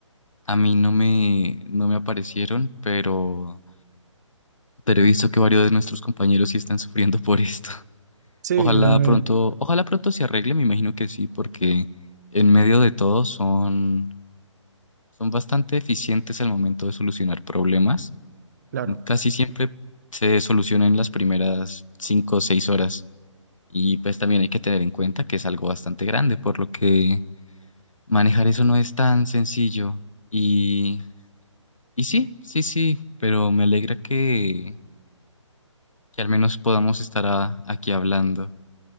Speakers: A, on the left; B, on the right.
A: a mí no me, no me aparecieron, pero, pero he visto que varios de nuestros compañeros sí están sufriendo por esto.
B: Sí,
A: Ojalá
B: yo también,
A: pronto, ojalá pronto se arregle, me imagino que sí, porque en medio de todo son, son bastante eficientes al momento de solucionar problemas.
B: claro.
A: Casi siempre se solucionan en las primeras cinco o seis horas. Y pues también hay que tener en cuenta que es algo bastante grande, por lo que manejar eso no es tan sencillo. Y, y sí, sí, sí, pero me alegra que, que al menos podamos estar a- aquí hablando.